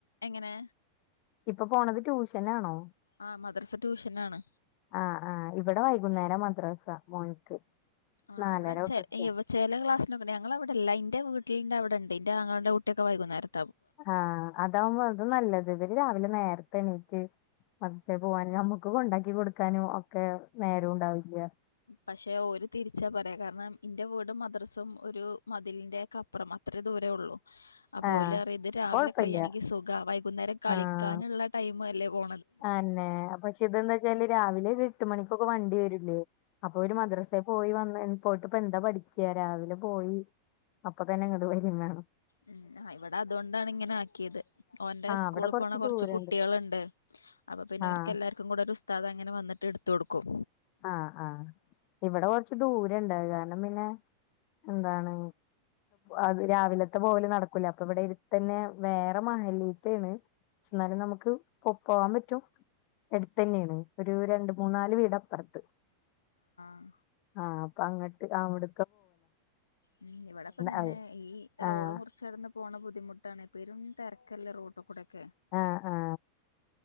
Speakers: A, on the left; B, on the left.
A: എങ്ങനെ
B: ഇപ്പൊ പോണത് ട്യൂഷനാണോ?
A: ആ മദ്രസ ട്യൂഷനാണ്
B: ആ ആ ഇവിടെ വൈകുന്നേര മദ്രാസ മോൻക്ക്.
A: ആഹ്
B: നാലര
A: അവിടെ ചെ
B: തൊട്ടിട്ട്
A: ചെല ക്ലാസിനക്ക ഞങ്ങവിടെല്ല ഇന്റെ വീ <unintelligible> അവിടെ ഇണ്ട് ഇന്റെ ആങ്ങളന്റെ കുട്ടിയൊക്കെ വൈകുന്നേരം
B: ആ അതാവുമ്പോ അത് നല്ലത് ഇവര് രാവിലെ നേര് ത്തെ എണീറ്റ് മദ്രസ പോവാനും നമ്മുക്ക് കൊണ്ടാക്കി കൊടുക്കാനും ഒക്കെ നേരവും ഉണ്ടാവില്ല.
A: പക്ഷെ ഒരു തിരിച്ചാ പറയാ കാരണം ഇന്റെ വീടും മദ്രസും ഒരു മതിലിന്റെ കപ്പുറം അത്ര ദൂരേ ഉള്ളൂ. അപ്പോ
B: ആഹ്
A: ഓല് റിയ ഇത് രാവിലെ
B: കൊഴപ്പല്ല
A: കഴിയണെങ്കിൽ സുഖ വൈകുന്നേരം കളിക്കാനുള്ള
B: ആഹ്
A: ടൈമു ല്ലേ പോ
B: അന്നെ പക്ഷേ ഇതന്താ വെച്ചാല് രാവിലെ എട്ട മണിക്കൊക്കെ വണ്ടി വരൂല്ലേ അപ്പോ ഒരു മദ്രസൽ പോയി വ പോയിട്ട എന്താ പഠിക്ക രാവിലെ പോയിട്ട് പോ പോയി അപ്പൊ തന്നെ ഇങ്ങോട് വരുന്നാണ്
A: ഉം ഇവിടെ അതൊണ്ടാണ് ഇങ്ങനെ ആക്കിയത് ഓന്റെ
B: ആഹ്
A: സ്കൂളിൽ
B: ഇവിടെ
A: പോണ കൊറച്ച്
B: ദൂരണ്ട്
A: കുട്ടിയളുണ്ട് അപ്പൊ പിന്നെ
B: ആഹ്
A: ഓർക്ക് എല്ലാർക്കും കൂടെ ഒരു ഉസ്താദ് അങ്ങനെ വന്നിട്ട് എടുത്ത കൊടുക്കും
B: ആ ആഹ് ഇവിടെ കൊറച്ച് ദൂരുണ്ട കാരണം പിന്നെ എന്താണ് അത് രാവിലത്തെ പോലെ നടക്കൂല അപ്പൊ ഇവിടെ എട്ത്തന്നെ വേറെ മഹലിത്തെണ് എന്നാലും നമുക്ക് ഒപ്പവാൻ പറ്റും എടുത്തന്നെയെണ് ഒരു രണ്ട് മൂന്ന നാല് വീടപ്പുറത്ത്
A: ആ
B: ആ അപ്പൊ അങ്ങട്ട് അവിട
A: ഉം ഇവിടെപ്പം തന്നെ
B: അത്.
A: ഈ
B: ആഹ്
A: റോഡ് മുറിച്ചടന്ന് പോണ ബുദ്ധിമുട്ടാണ് പെരും തിരക്കല്ല റോഡു കൂടെക്കെ
B: ആ ആ